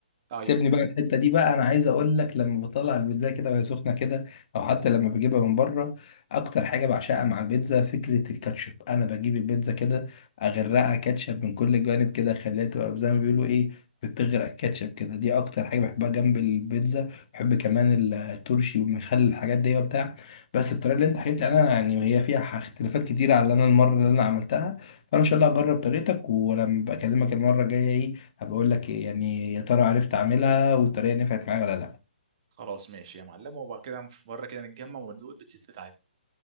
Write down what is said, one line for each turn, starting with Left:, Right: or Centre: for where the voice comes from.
Right: ايوه
Left: سيبني بقى الحته دي بقى انا عايز اقول لك لما بطلع البيتزا كده وهي سخنه كده او حتى لما بجيبها من بره اكتر حاجه بعشقها مع البيتزا فكره الكاتشب انا بجيب البيتزا كده اغرقها كاتشب من كل الجوانب كده اخليها تبقى زي ما بيقولوا ايه بتغرق كاتشب كده دي اكتر حاجه بحبها جنب البيتزا بحب كمان الترشي والمخلل الحاجات دي وبتاع بس الطريقه اللي انت حكيت عنها يعني هي فيها اختلافات كتيره على اللي انا المره اللي انا عملتها فانا ان شاء الله اجرب طريقتك ولما بكلمك المره الجايه ايه هبقول لك إيه، يعني يا ترى عرفت اعملها والطريقه نفعت معايا ولا لا
Right: خلاص ماشي يا معلم وبعد كده في مرة كده نتجمع وندوق البيتزا بتاعتنا